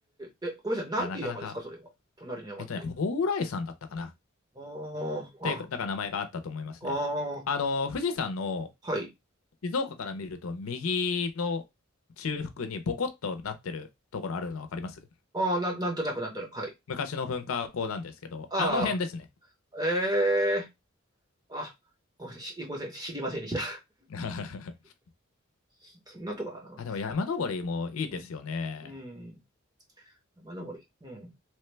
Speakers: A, on the right; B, on the left.
A: ー、え、ごめんなさい。なんていう山ですか、
B: や、なかなか、
A: それは。隣の山って。
B: えっとね、蓬莱山だったかな。っ
A: あー、
B: ていう、
A: あ、
B: だから名前があったと思いますね。
A: あー、
B: あの、富士山の
A: はい。
B: 静岡から見ると、右の中腹にボコッとなってるところあるの分かります
A: あー、なん、なんとなく、なんとなく、はい。
B: 昔の噴火口なんですけど、
A: あ
B: あの辺ですね。
A: ー、えあ、ごめんなさいごめん知りませんでした。
B: <laughs>
A: <laughs> そんなとこかな。
B: あでも山登りもいいですよね。
A: うん。うん。山登り。うん。